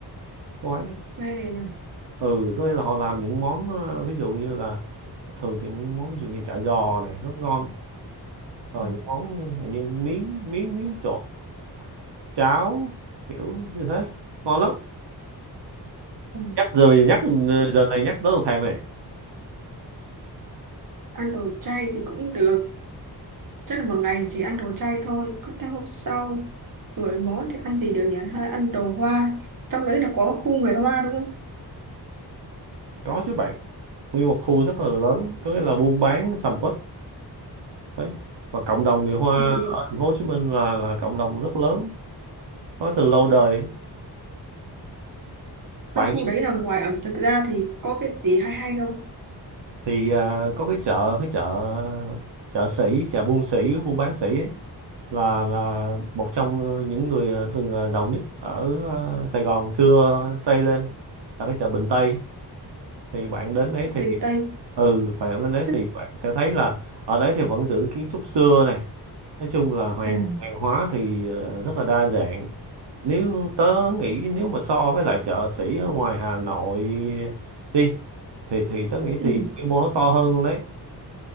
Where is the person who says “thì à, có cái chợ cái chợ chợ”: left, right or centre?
Right